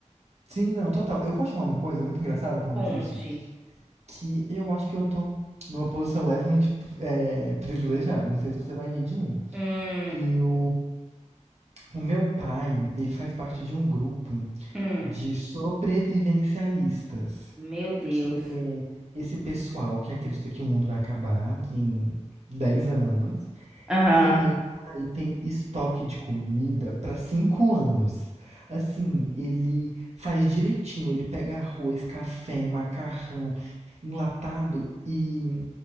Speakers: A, on the right (about 60°); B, in the centre.
A: Sim, não, total. Eu posso falar uma coisa muito engraçada falando
B: Conte.
A: disso? que eu acho que eu tô numa posição levemente é, privilegiada. Não sei se você vai rir de mim.
B: Hum,
A: Eu, o meu pai, ele faz parte de um grupo
B: hum,
A: de sobrevivencialistas,
B: meu Deus.
A: que é esse pessoal que acredita que o mundo vai acabar em 10 anos
B: Aham.
A: e o meu pai tem estoque de comida para cinco anos. Assim, ele faz direitinho, ele pega arroz, café, macarrão, enlatado e